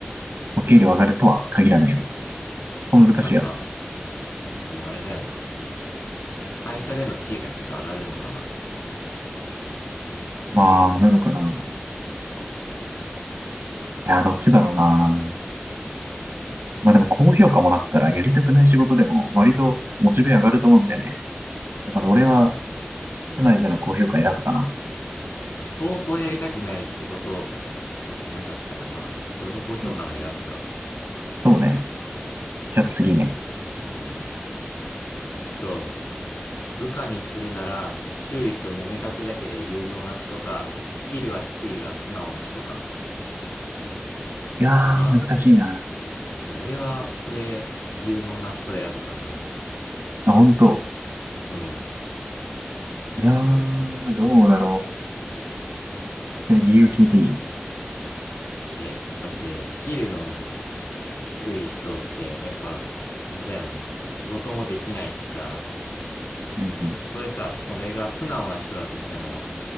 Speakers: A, on the right; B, on the left.
A: お給料上がるとは限らないよね。難しいよね。
B: もうなんか、あの、あれだよね。あの、会社での地位がちょっと上がるのかな。
A: まあ、なのかな。いや、どっちだろうな。まあでも高評価もらったらやりたくない仕事でも割とモチベ上がると思うんだよね。だから俺は
B: まあ確かに。
A: 社内での高評価選ぶかな。
B: まあ相当やりたくない仕事じゃなかったら、まあ、これも高評価の選ぶか。
A: うん。そうね。じゃあ次ね。
B: はい。じゃあ次。えっと、部下にするなら、周囲と揉めがちだけど有能な人か、スキルは低いが素直な人か。
A: いやー、
B: まあ、
A: 難しいな。
B: まあ、俺は、これ、有能な人を選ぶかな。
A: あ、本当。
B: うん。
A: いやー、どうだろう。え理由聞いていい
B: え、だって、スキルの低い人って、やっぱ、あれだよね。仕事もできないしさ、
A: うんうん。
B: たとえさ、それが素直な人だとしても、